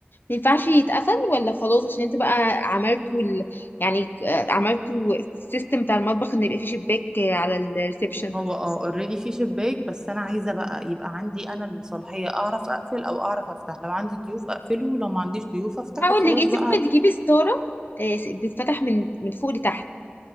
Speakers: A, on the left; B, on the right.
A: ما ينفعش يتقفل ولا خلاص عشان انت بقى عملتوا ال... يعني آه، عملتوا السيستم بتاع المطبخ ان يبقى فيه شباك آه، على الريسبشن
B: هو اه اوريدي في شباك بس انا عايزه بقى يبقى عندي انا الصلاحيه اعرف اقفل او اعرف افتح لو عندي ضيوف اقفله لو ما عنديش ضيوف افتحه
A: هقول
B: خلاص
A: لك انت
B: بقى
A: ممكن تجيبي ستاره آه، بتتفتح من من فوق لتحت